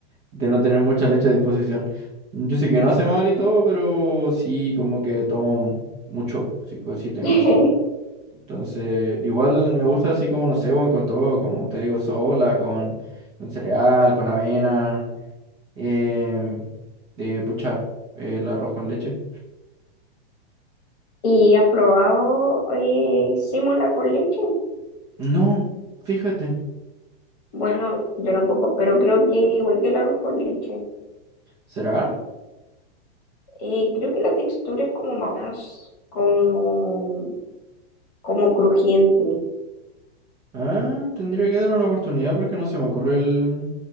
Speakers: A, on the right; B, on the left.
A: de no tener mucha leche a disposición. Yo sé que no hace mal y todo, pero sí como que tomo mucho, sí, co- sí tengo
B: <laughs>
A: así. Entonces, igual me gusta así como, no sé, weón, con todo, como te digo, sola, con, con cereal, con avena. Eh, de pucha, el arroz con leche.
B: ¿Y has probado eh, símola con leche?
A: No, fíjate.
B: Bueno, yo tampoco, pero creo que es igual que el arroz con leche.
A: ¿Será?
B: Eh, creo que la textura es como más, como, como crujiente.
A: Ah, tendría que darle una oportunidad porque no se me ocurre el,